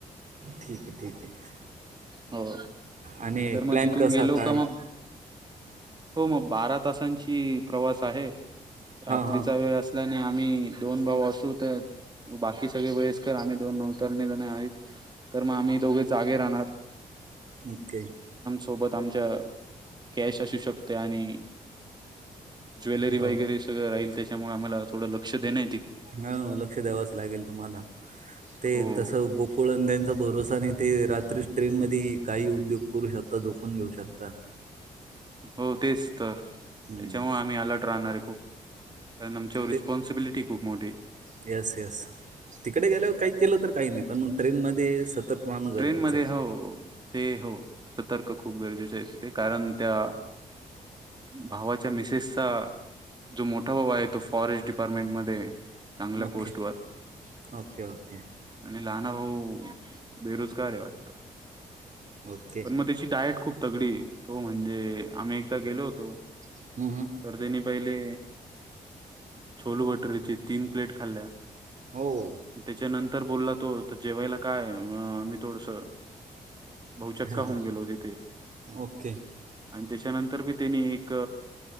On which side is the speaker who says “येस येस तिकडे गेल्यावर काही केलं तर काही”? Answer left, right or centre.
Right